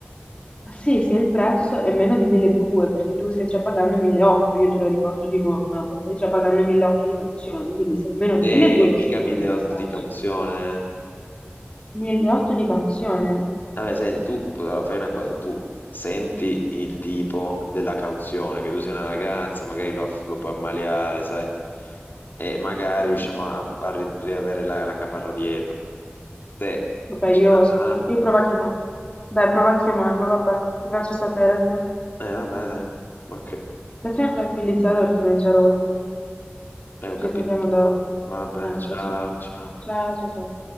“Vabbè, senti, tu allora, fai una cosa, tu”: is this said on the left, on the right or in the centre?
Left